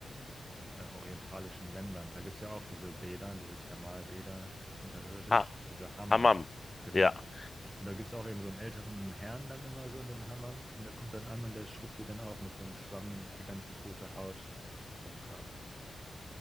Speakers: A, on the right; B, on the left.
A: äh, orientalischen Ländern. Da gibt es ja auch diese Bäder, diese Thermalbäder unterirdisch,
B: Ha,
A: diese Hammam.
B: Hammam.
A: Genau.
B: Ja.
A: Und da gibt es auch eben so einen älteren Herrn dann immer so in dem Hammam und der kommt dann an und der schrubbt dir dann auch mit so einem Schwamm die ganze tote Haut vom Körper.